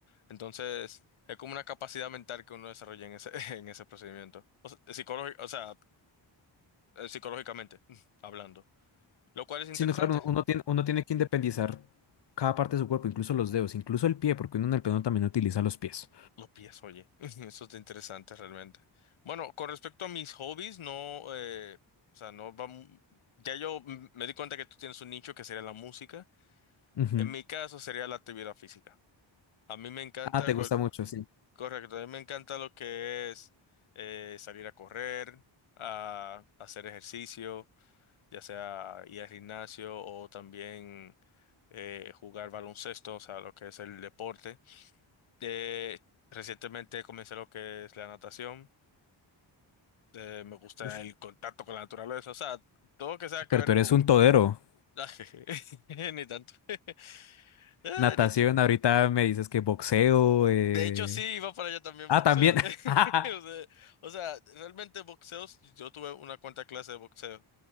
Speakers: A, on the left; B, on the left.
A: Entonces, es como una capacidad mental que uno desarrolla en ese, <laughs> en ese procedimiento. O sea, psicológi- o sea, eh, psicológicamente <laughs> hablando. Lo cual es interesante.
B: Sí, no, claro, uno tiene, uno tiene que independizar cada parte de su cuerpo, incluso los dedos, incluso el pie, porque uno en el piano también utiliza los pies.
A: Los pies, oye, <laughs> eso es interesante realmente. Bueno, con respecto a mis hobbies, no, eh, o sea, no vamos, ya yo mm, me di cuenta que tú tienes un nicho que sería la música.
B: Ujú.
A: En mi caso sería la actividad física. A mí me encanta,
B: Ah, te
A: cual-
B: gusta mucho, sí.
A: correcto, a mí me encanta lo que es eh, salir a correr, a hacer ejercicio, ya sea ir al gimnasio o también eh, jugar baloncesto, o sea, lo que es el deporte. Eh, recientemente comencé lo que es la natación, eh, me gusta
B: Ush,
A: el contacto con la naturaleza, o sea, todo lo que sea que
B: pero
A: ver
B: tú
A: con...
B: eres un todero.
A: <laughs> Ni tanto, <laughs> Ah,
B: Natación,
A: ni
B: ahorita me dices que boxeo. eh.
A: De hecho, sí, iba para allá también
B: Ah,
A: boxeo.
B: también.
A: <laughs>
B: <laughs>
A: O sea, o sea, realmente boxeos, yo tuve una cuanta clase de boxeo.